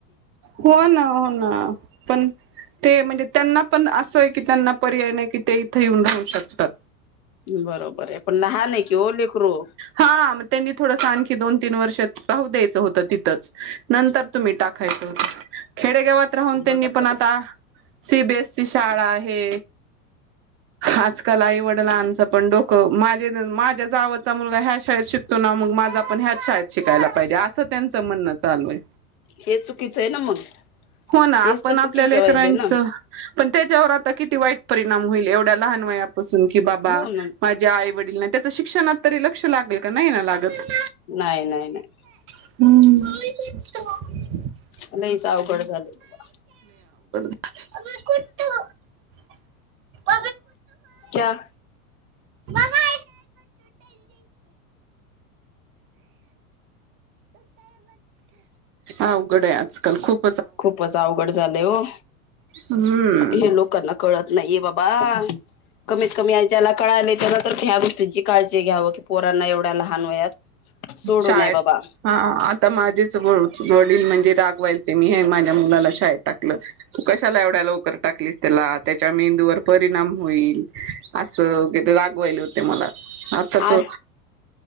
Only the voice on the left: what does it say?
बरोबर आहे पण लहा नाही कि लेकर रो
बघा
हे चुकीचं आहे ना मग
हेच
तर चुकीचं
व्हायलय ना
हो ना
नाही नाही नाही
मला हच अवघड झालं बाबा
क्या
खूपच अवघड झाले हो
हे लोकांना कळत नाही बाबा बा कमीत कमी जला कळाला त्याला तर ह्या गोष्टींची काळजी घ्यावं की पोरांना एवढ्या लहान वयात सोडू
नये बाबा
आ